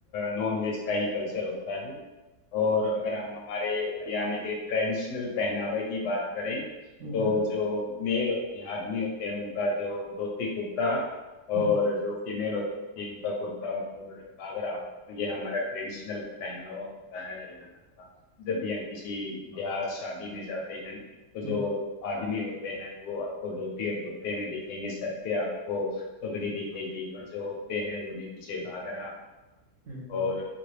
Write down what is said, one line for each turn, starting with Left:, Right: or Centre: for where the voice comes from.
Left: नॉन वेज का ही कल्चर होता है और अगर हम हमारे हरियाणा के ट्रेडिशनल पहनावे की बात करें
Right: हम्म
Left: तो जो मेल होते हैं आदमी होते हैं उनका जो धोती कुर्ता और
Right: हम्म
Left: जो फीमेल होती है उनका कुर्ता और घाघरा ये हमारा ट्रेडिशनल पहनावा होता है हरियाणा का जब भी हम किसी ब्याह शादी में जाते हैं तो
Right: हम्म
Left: जो आदमी होते हैं वो आपको धोती और कुर्ते में दिखेंगे सर पे आपको पगड़ी दिखेगी और जो होते हैं वो नीचे घाघरा
Right: हम्म,
Left: और